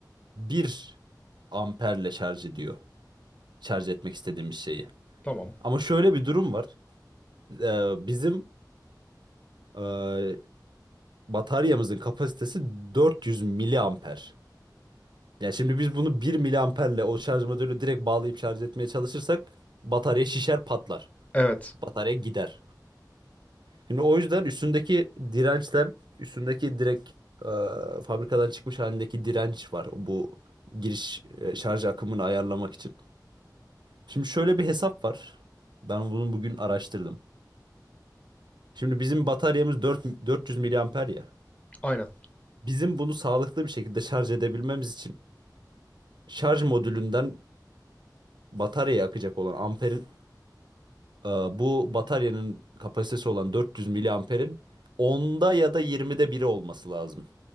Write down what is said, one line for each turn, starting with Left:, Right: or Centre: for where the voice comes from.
Right: bir amperle şarj ediyor. Şarj etmek istediğimiz şeyi.
Left: Tamam.
Right: Ama şöyle bir durum var. Ee, bizim e, bataryamızın kapasitesi 400 miliamper. Yani şimdi biz bunu bir miliamperle o şarj modülü direkt bağlayıp şarj etmeye çalışırsak batarya şişer patlar.
Left: Evet.
Right: Batarya gider. Şimdi o yüzden üstündeki dirençten üstündeki direkt e, fabrikadan çıkmış halindeki direnç var. Bu giriş e, şarj akımını ayarlamak için. Şimdi şöyle bir hesap var. Ben bunu bugün araştırdım. Şimdi bizim bataryamız 4, 400 miliamper ya.
Left: Aynen.
Right: Bizim bunu sağlıklı bir şekilde şarj edebilmemiz için şarj modülünden bataryaya akacak olan amperin e, bu bataryanın kapasitesi olan 400 miliamperin onda ya da 20'de biri olması lazım.